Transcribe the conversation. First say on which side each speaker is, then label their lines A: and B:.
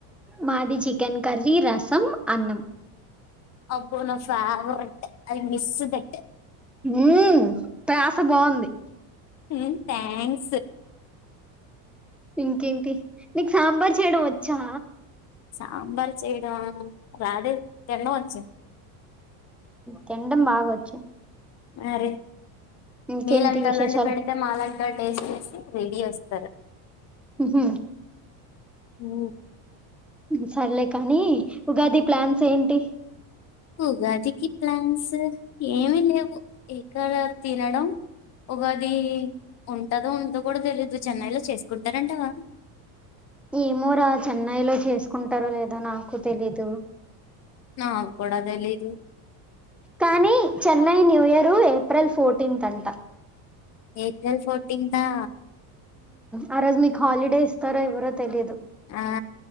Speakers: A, in the centre; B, on the left.
A: మాది చికెన్ కర్రీ ర్రి రసం అన్నం
B: అబ్బో నా ఫేవరెట్ ఐ మిస్ దట్
A: ఉం. ప్రస బాగుంది.
B: హు థ్యాంక్స్.
A: ఇంకేంటి నీకు సాంబార్ చేయడం వచ్చా.
B: సాంబార్ చేయడమ రాధు తినడంవచ్చు.
A: తినడం బాగవచ్చు.
B: మరి
A: ఇంకేంటి
B: మీలంతోలండి
A: విశేషాలు
B: పెడితే మాలంటోల్ టేస్ట్. రెడీ వస్తారు.
A: హు.
B: ఓ.
A: సర్లే కానీ ఉగాది ప్లాన్స్ ఏంటి.
B: ఉగాదికి ప్లాన్స్ ఏమి లేవు ఎక్కడా తినడం. ఉగాది ఉంటదో ఉంటదో కూడా తెలియదు చెన్నైలో చేసుకుంటారంటావా.
A: ఏమూరా చెన్నై లో చేసుకుంటారో లేదో నాకు తెలీదు.
B: నాక్కూడ తెలీదు.
A: కానీ Chennai new year April fourteenth అంట.
B: ఏప్రిల్ ఫోర్టీన్ ఆ.
A: ఆ రోజు మీకు హాలిడే ఇస్తారో ఇవరో తెలియదు.
B: ఆ